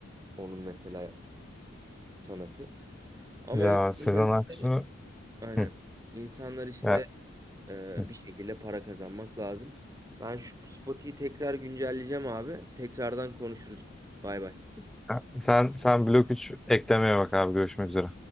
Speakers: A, on the right (about 15°); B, in the centre.
A: Onun mesela sanatı. Ama
B: ya
A: insanlar
B: Sezen
A: işte
B: Aksu.
A: aynen.
B: Hı,
A: İnsanlar işte
B: ya,
A: e,
B: hı.
A: bir şekilde para kazanmak lazım. Ben şu Spotify'yi tekrar güncelleyeceğim abi. Tekrardan konuşuruz. Bay bay.
B: sen, sen, sen Blok 3 eklemeye bak abi. Görüşmek üzere.